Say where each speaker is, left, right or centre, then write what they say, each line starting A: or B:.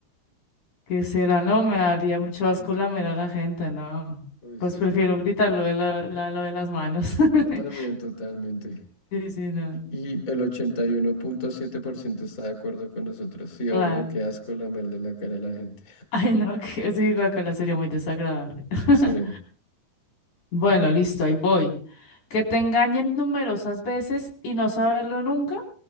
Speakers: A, on the left; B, on the left.
A: ¿qué será? No, me daría mucho asco lamer a la gente, no.
B: Uy,
A: Pues
B: sí.
A: prefiero gritar lo de la, la- lo de las manos. <laughs>
B: Yo también, totalmente.
A: Sí, sí, no.
B: Y y el ochenta y uno punto siete por ciento está de acuerdo con nosotros. Sí,
A: Claro.
B: obvio, qué asco lamerle la cara a la gente.
A: <laughs> Ay, no, que sí, guácala, sería muy desagradable. <laughs>
B: Sí.
A: Bueno, listo, ahí voy. Que te engañen numerosas veces y no saberlo nunca,